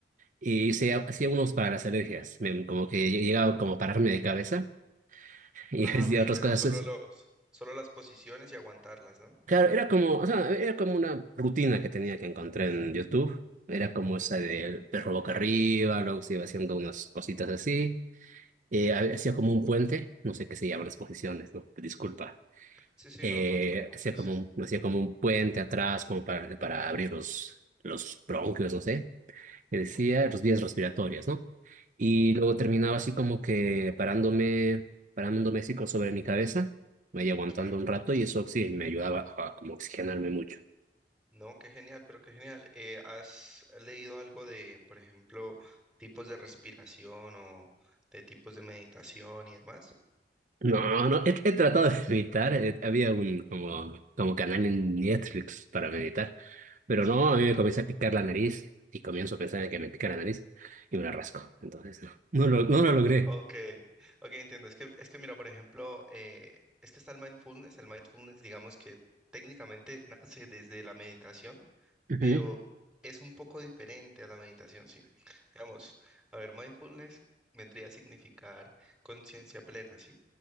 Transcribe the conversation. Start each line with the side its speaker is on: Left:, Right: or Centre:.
Right: y hice- hacía unos para las alergias, Me- como que llegaba como a pararme de cabeza y
Centre: Ah,
Right: <laughs>
Centre: ok,
Right: hacía otras
Centre: pero
Right: cosas
Centre: solo los, solo las posiciones y aguantarlas, ¿no?
Right: Claro, era como, o sea, era como una rutina que tenía que encontrar en YouTube. Era como esa
Centre: Ujú.
Right: del perro boca arriba, luego se iba haciendo unas cositas así. Eh, ha- hacía como un puente, no sé qué se llaman las posiciones, ¿no? Disculpa.
Centre: Sí, sí,
Right: Eh,
Centre: no, no te preocupes.
Right: hacía como un, hacía como un puente atrás, como para, para abrir los, los bronquios, no sé. Que decía
Centre: Ujú,
Right: los vías respiratorias, ¿no? Y luego terminaba así como que parándome, parándome así como sobre mi cabeza, me iba aguantando
Centre: Sí.
Right: un rato y eso sí me ayudaba a como oxigenarme mucho.
Centre: No, qué genial, pero qué genial. Eh, ¿has leído algo de, por ejemplo, tipos de respiración o de tipos de meditación y demás?
Right: No, no, he, he tratado de meditar. eh, Había un como, como canal en Netflix para meditar, pero
Centre: Sí.
Right: no, a mí me comienza a picar la nariz y comienzo a pensar en que me pica la nariz y me la rasco. Entonces, no, no lo, no lo logré.
Centre: Ok, ok, entiendo. Es que, es que mira, por ejemplo, eh, es que está el mindfulness. El mindfulness, digamos que técnicamente <laughs> nace desde la meditación,
Right: Ujú,
Centre: pero es un poco diferente a la meditación, ¿sí? Digamos, a ver, mindfulness vendría a significar conciencia plena, ¿sí?